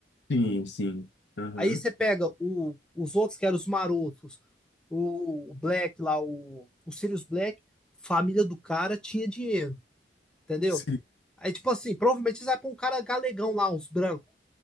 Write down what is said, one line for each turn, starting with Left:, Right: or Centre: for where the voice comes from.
Left: Sim, sim. Aham.
Centre: Aí você pega o- os outros, que eram os marotos, o, o Black lá, o, o Sirius Black, família do cara tinha dinheiro, entendeu?
Left: Sim.
Centre: Aí, tipo assim, provavelmente eles vai pôr um cara galegão lá, uns brancos.